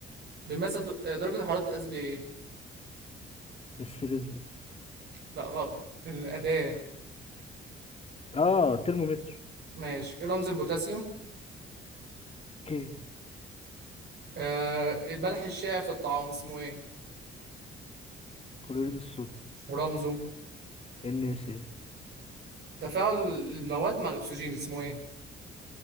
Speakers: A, on the right; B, on the left.
A: بيمثل درجة الحرارة بتتقاس بايه؟
B: السيليزيوس
A: لا غلط الأداة
B: اه ترمومتر
A: ماشي إيه رمز البوتاسيوم
B: اوكي
A: آه الملح الشائع في الطعام اسمه إيه
B: كلوريد الصوديوم
A: ورمزه
B: ان سي ال
A: تفاعل المواد مع الأكسجين اسمه إيه